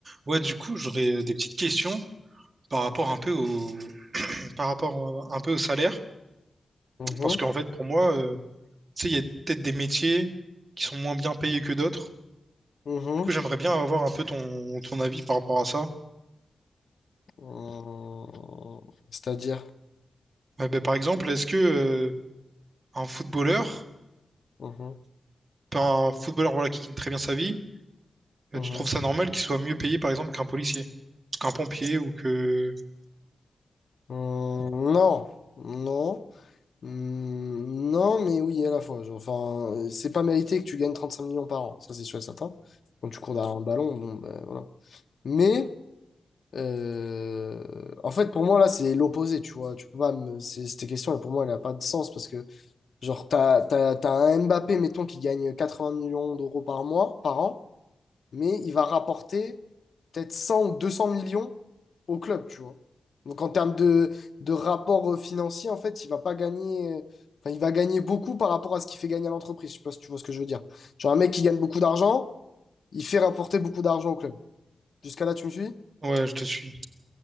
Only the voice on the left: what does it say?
Mhm,
mhm.
Euh, C'est-à-dire,
Mhm,
mhm.
Euh, non, non, Hmm, non, mais oui, à la fois. genre, enfin, euh, c'est pas mérité que tu gagnes 35 millions par an, ça c'est sûr et certain. Quand tu cours derrière un ballon, bon, ben voilà. Mais, euh, en fait, pour moi, là, c'est l'opposé, tu vois. Tu peux pas me... c'est- Cette question, pour moi, elle a pas de sens parce que, genre, t'as, t'as, t'as un Mbappé, mettons, qui gagne 80 millions d'euros par mois, par an. mais il va rapporter peut-être 100 ou 200 millions au club, tu vois. Donc en termes de, de rapport euh, financier, en fait, il va pas gagner. euh, Enfin, il va gagner beaucoup par rapport à ce qu'il fait gagner à l'entreprise. Je sais pas si tu vois ce que je veux dire. Genre un mec qui gagne beaucoup d'argent, il fait rapporter beaucoup d'argent au club. Jusqu'à là, tu me suis?